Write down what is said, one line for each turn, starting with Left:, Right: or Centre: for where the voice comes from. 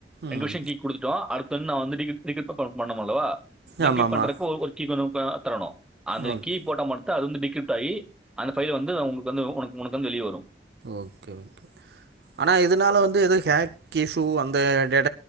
Centre: ரங்விஷ்யன்
Right: ம்
Centre: கீ குடுத்துட்டோம் அடுத்து வந்து நா வந்து டீ <unintelligible> பண்ணோம் அல்லவா டிகிப்ட்
Right: ஆமாமா
Centre: பண்றக்கு ஒரு கீ வேணு ஆ தரணு அந்த
Right: ஓக்
Centre: கீ போட்டா மட் தா அது வந்து டிகிப்ட் ஆயி அந்த ஃபைல் வந்து உங்களுக்கு வந்து உனக்கு வந்து வெளிய வரும்
Right: ஓகே ஓகே ஆனா இதுனால வந்து ஏதா ஹேக் இஸ்ஸு அந்த டேட்